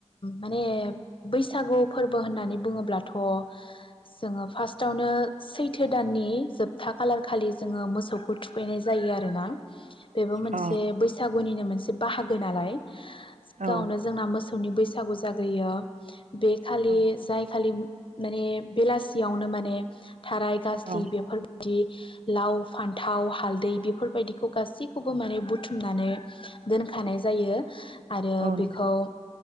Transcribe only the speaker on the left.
माने बैसागु फोर्बो होननानै बुङोब्लाथ' जोङो फार्स्टआवनो सैथो दाननि जोबथा खालार खालि जोङो मोसौखौ थुखैनाय जायो आरोना बेबो मोनसे
बैसागुनिनो मोनसे बाहागो नालाय सिगाङावनो
जोंना मोसौ सौनि बैसागु जाग्रोयो बे खालि
जाय खालि माने बेलासियावनो माने थाराय गाज्लि
बेफोरबायदि लाव फान्थाव हालदै बेफोरबायदिखौ गासैखौबो माने बुथुमनानै दोनखानाय जायो आरो
बेखौ